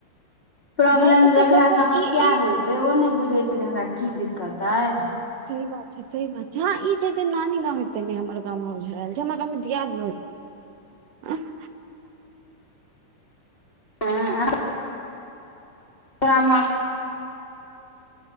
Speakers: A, on the left; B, on the right.
A: प्रॉब्लम
B: भाय ओतय
A: जेकरा
B: सबसँ
A: समस्या
B: ई एक
A: होइ छै ओ ने बुझै छै जे हमरा की दिक्कत अइ
B: सही बात छै सी बात छै हँ ई छै जे नानी गांव एते ने हमर गाँवमे उझ रहल छै हमर गाँव मे दियाद ब <unintelligible>
A: <unintelligible> तोरा <unintelligible>